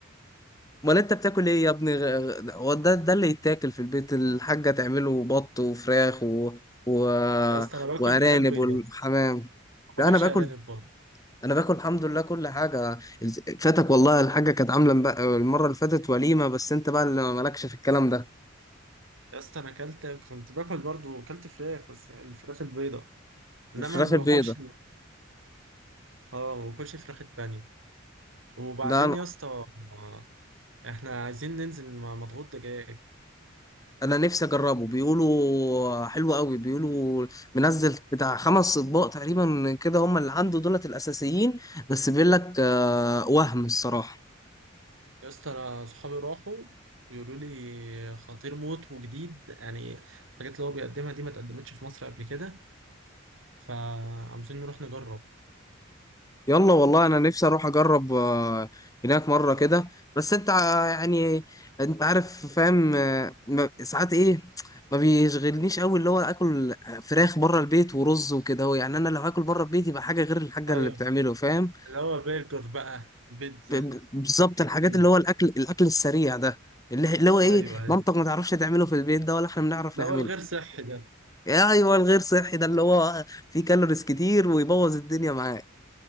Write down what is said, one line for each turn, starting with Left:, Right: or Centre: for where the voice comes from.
Left: امال انت بتاكل ايه يا ابني غ- غ- هو ده ده اللي يتاكل في البيت الحاجه تعمله بط وفراخ و... و...
Right: يا اسطى انا باكل
Left: وارانب
Right: فراخ بيضاء
Left: والحمام
Right: ما باكلش
Left: لا، انا باكل
Right: ارانب برضه
Left: انا باكل الحمد لله كل حاجه فاتك والله الحاجه كانت عامله مبق- المره اللي فاتت وليمه بس انت بقى اللي مالكش في الكلام ده
Right: يا اسطى انا اكلت كنت باكل برضه اكلت فراخ بس الفراخ البيضاء انما
Left: الفراخ
Right: ما
Left: البيضه
Right: باكلش اه ما باكلش فراخ البانيه وبعدين
Left: ده انا
Right: يا اسطى آه، احنا عايزين ننزل مع مضغوط دجاج
Left: انا نفسي اجربه بيقولوا حلو قوي بيقولوا منزل بتاع خمس اطباق تقريبا كده هم اللي عنده دولت الاساسيين بس بيقول لك آه،
Right: اه
Left: وهم الصراحه
Right: يا اسطى انا صحابي راحوا بيقولوا لي خطير موت وجديد يعني الحاجات اللي هو بيقدمها دي ما اتقدمتش في مصر قبل كده فعاوزين نروح نجرب
Left: يلا والله انا نفسي اروح اجرب آه، هناك مره كده بس انت ع- يعني انت عارف فاهم آه، ما- ساعات ايه ما بيشغلنيش قوي اللي هو اكل فراخ بره البيت ورز وكده هو يعني انا لو هاكل بره البيت يبقى حاجه غير الحاجه
Right: ايوه
Left: اللي بتعمله فاهم
Right: اللي هو برجر بقى بيتزا
Left: ب- ب- بالظبط
Right: الحاجات
Left: الحاجات
Right: دي
Left: اللي هو الاكل الاكل السريع ده اللي اللي هو ايه
Right: ايوه ايوه
Left: مامتك ما تعرفش تعمله في البيت ده ولا احنا بنعرف
Right: ده
Left: نعمله
Right: هو الغير <laughs> صحي ده
Left: يا ايوه الغير صحي ده اللي هو فيه كالوريز كتير ويبوظ الدنيا معاك